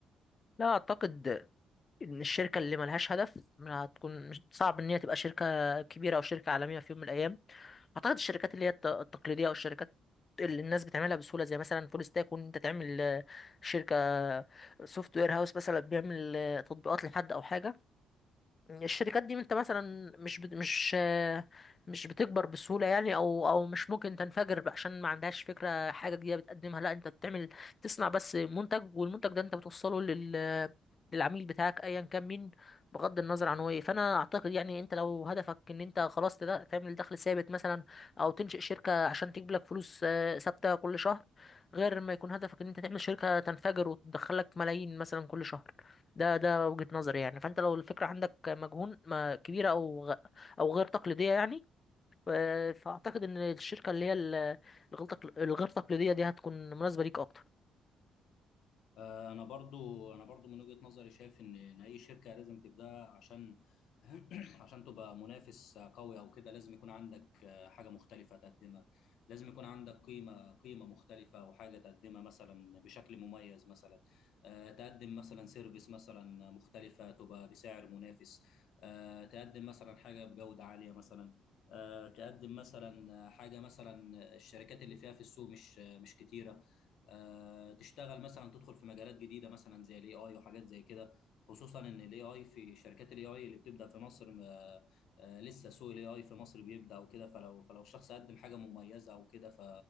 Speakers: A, on the left; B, on the left.
A: لا اعتقد ان الشركه اللي ملهاش هدف ما هتكون مش صعب ان هي تبقى شركه كبيره او شركه عالميه في يوم من الايام اعتقد الشركات اللي هي الت- التقليديه او الشركات اللي الناس بتعملها بسهوله زي مثلا فول ستاك وان انت تعمل آه، شركه سوفت وير هاوس مثلا بيعمل آه، تطبيقات لحد او حاجه الشركات دي انت مثلا مش بت... مش آه، مش بتكبر بسهولة يعني او او مش ممكن تنفجر بقى عشان ما عندهاش فكرة حاجة جديدة بتقدمها لا انت بتعمل تصنع بس منتج والمنتج ده انت بتوصله لل للعميل بتاعك ايا كان مين بغض النظر عن هو ايه فانا اعتقد يعني انت لو هدفك ان انت خلاص تد- تعمل دخل ثابت مثلا او تنشئ شركة عشان تجيب لك فلوس آه، ثابتة كل شهر غير ما يكون هدفك ان انت تعمل شركة تنفجر وتدخلك ملايين مثلا كل شهر ده ده وجهة نظري يعني فانت لو الفكرة عندك مجهون ما كبيرة او غ- او غير تقليدية يعني ف- فاعتقد ان الشركة اللي هي ال- الغير تقل- الغير تقليدية دي هتكون مناسبة ليك اكتر
B: آه، انا برضو انا برضو من وجهة نظري شايف ان ان اي شركة لازم تبدأ عشان <clears throat> عشان تبقى منافس قوي او كده لازم يكون عندك آه، حاجة مختلفة تقدمها لازم يكون عندك قيمة قيمة مختلفة وحاجة تقدمها مثلا بشكل مميز مثلا آه، تقدم مثلا سيرفيس مثلا مختلفة تبقى بسعر منافس آه، تقدم مثلا حاجة بجودة عالية مثلا آه، تقدم مثلا حاجة مثلا الشركات اللي فيها في السوق مش مش كتيرة آه، تشتغل مثلا تدخل في مجالات جديده مثلا زي الاي اي وحاجات زي كده خصوصا ان الاي اي في شركات الاي اي اللي بتبدا في مصر ما آه، لسه سوق الاي اي في مصر بيبدا وكده فلو فلو الشخص قدم حاجه مميزه او كده ف